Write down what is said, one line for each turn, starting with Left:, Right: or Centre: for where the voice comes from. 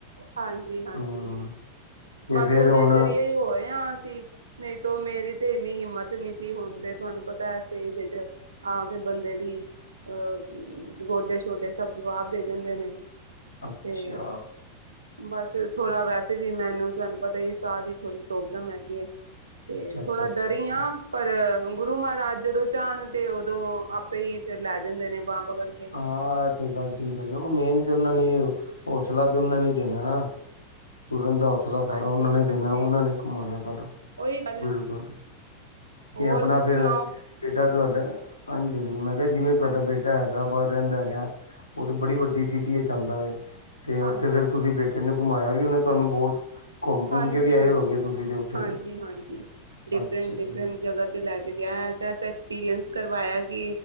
Right: ਹਾਜੀ -ਹਾਜੀ।
Left: ਹੂੰ ਤੇ
Right: ਬਸ
Left: ਫੇਰ
Right: ਉਹਦੇ
Left: ਹੁਣ
Right: ਜ਼ਰੀਏ ਹੀ ਹੋਏ ਆ ਅਸੀਂ ਨਹੀਂ ਤੋ ਮੇਰੀ ਤੇ ਇੰਨੀ ਹਿੰਮਤ ਨਹੀਂ ਸੀ ਹੁਣ ਤੇ ਤੁਹਾਨੂੰ ਪਤਾ ਐਸੇ ਏਜ਼ 'ਚ' ਆ ਕੇ ਬੰਦੇ ਦੀ ਅਹ ਗੋਡੇ- ਸ਼ੋਡੇ ਸਭ ਜਵਾਬ ਦੇ ਜਾਦੇ ਨੇ
Left: ਅੱਛਾ।
Right: ਤੇ ਬਸ ਥੋੜ੍ਹਾ ਵੈਸੇ ਵੀ ਮੈਨੂੰ ਤੁਹਾਨੂੰ ਪਤਾ ਸਾਹ ਦੀ ਥੋੜ੍ਹੀ ਪ੍ਰੋਬਲਮ ਹੈਗੀ ਏ ਤੇ
Left: ਅੱਛਾ ਅੱਛਾ
Right: ਥੋੜਾ
Left: ਅੱਛਾ
Right: ਡਰੀ
Left: ਅੱਛਾ।
Right: ਆ ਪਰ ਗੁਰੂ ਮਹਾਰਾਜ ਜਦੋਂ ਚਾਹਣ ਤੇ ਉਦੋਂ ਆਪੇ ਹੀ ਫਿਰ ਲੈ ਜਾਂਦੇ ਨੇ ਬਾਂ ਪਕੜ ਕੇ
Left: ਹਾਂ ਇਹ ਤੇ ਗੱਲ ਠੀਕ ਹੈਗੀ ਉਹ ਮੇਨ ਤੇ ਉਹਨਾਂ ਨੇ ਹੌਸਲਾ ਦੇਣਾ ਨਹੀਂ ਤੇ ਨਾ। ਤੁਰਨ ਦਾ ਹੌਸਲਾ ਸਾਰਾ
Right: ਹਾਂਜੀ
Left: ਉਹਨਾਂ ਨੇ
Right: ਹਾਂਜੀ
Left: ਦੇਣਾ ਉਹਨਾਂ ਨੇ ਕਮਾਣਾ ਸਾਰਾ
Right: ਉਹੀ ਗੱਲ
Left: ਬਿਲਕੁਲ ਤੇ
Right: ਹੋਰ
Left: ਆਪਣਾ
Right: ਤੁਸੀਂ
Left: ਫਿਰ
Right: ਸੁਣਾਓ
Left: ਬੇਟਾ ਤੁਹਾਡਾ ਹਾਂਜੀ- ਹਾਂਜੀ ਮੈਂ ਕਿਹਾ ਜਿਵੇਂ ਤੁਹਾਡਾ
Right: ਹਾਂ
Left: ਬੇਟਾ ਹੈਦਰਾਬਾਦ ਰਹਿੰਦਾ ਹੈਗਾ ਉਹ ਤੇ ਬੜੀ ਵੱਡੀ ਸਿਟੀ ਹੈ ਜਾਂਦਾ ਹੈ ਤਾਂ
Right: ਹਾਂਜੀ
Left: ਉੱਥੇ ਫਿਰ ਤੁਸੀਂ ਬੇਟੇ ਨੇ ਘੁੰਮਾਇਆ ਵੀ ਹੋਣਾ ਉਹਨੇ ਤੁਹਾਨੂੰ ਬਹੁਤ ਘੁੰਮ ਘੁੰਮ
Right: ਹਾਂਜੀ-
Left: ਕੇ ਵੀ ਆਏ
Right: ਹਾਂਜੀ,
Left: ਹੋਗੇ ਤੁਸੀਂ ਤੇ ਉੱਥੇ
Right: ਹਾਂਜੀ-
Left: ਤੇ
Right: ਹਾਂਜੀ, ਡਿਫਰੈਂਟ-
Left: ਅੱਛਾ ਜੀ
Right: ਡਿਫਰੈਂਟ ਜਗ੍ਹਾ ਤੇ ਤੇ ਲੈ ਕੇ ਗਿਆ ਐਸਾ-ਐਸਾ ਐਕਸਪੀਰੀਅੰਸ ਕਰਵਾਇਆ ਕਿ